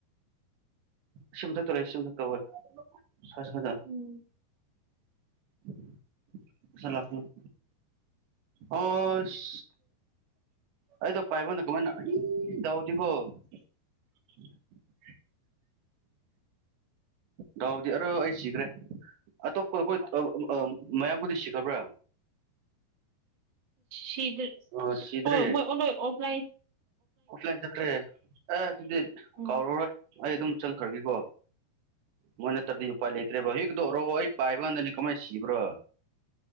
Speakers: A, on the right; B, on the right.
A: ꯁꯤ ꯃꯊꯛꯇ ꯂꯩ ꯁꯤ ꯃꯊꯛꯇ ꯍꯣꯢ ꯁ꯭ꯋꯥꯢ ꯁ꯭ꯋꯥꯢꯗ
B: ꯎꯝ
A: <inaudible> ꯃꯁꯥ ꯂꯥꯛꯀꯅꯤ ꯑꯣꯁ ꯑꯩꯗꯣ ꯄꯥꯏꯕꯝꯗ ꯀꯃꯥꯏꯅ ꯑꯅꯤ ꯇꯧꯗꯦꯀꯣ <inaudible> ꯗꯥꯎꯗꯤ ꯑꯔꯣ ꯑꯩ ꯁꯤꯈ꯭ꯔꯦ ꯑꯇꯣꯞꯄ ꯑꯩꯈꯣꯏ ꯑꯥ ꯑꯥ ꯃꯌꯥꯝꯕꯨꯗꯤ ꯁꯤꯈꯕ꯭ꯔꯥ
B: ꯁꯤꯗ꯭ꯔꯤ
A: ꯑ ꯁꯤꯗ꯭ꯔꯤ
B: ꯑꯣꯏ ꯃꯣꯏ ꯑꯣꯂꯣꯏ ꯑꯣꯐꯂꯥꯏꯟ
A: ꯑꯣꯐꯂꯥꯏꯟ ꯆꯠꯈ꯭ꯔꯦ ꯑꯦ ꯑꯗꯨꯗꯤ
B: ꯎꯝ
A: ꯀꯥꯎꯔꯔꯣꯏ ꯑꯩ ꯑꯗꯨꯝ ꯆꯪꯈ꯭ꯔꯒꯦꯀꯣ ꯃꯣꯏ ꯅꯠꯇ꯭ꯔꯗꯤ ꯎꯄꯥꯏ ꯂꯩꯇ꯭ꯔꯦꯕ ꯍꯣꯖꯤꯛꯀꯤꯗꯣ ꯑꯣꯔꯣ ꯑꯩ ꯄꯥꯏꯕ ꯀꯥꯟꯗꯅꯤ ꯀꯃꯥꯏꯟ ꯁꯤꯕ꯭ꯔ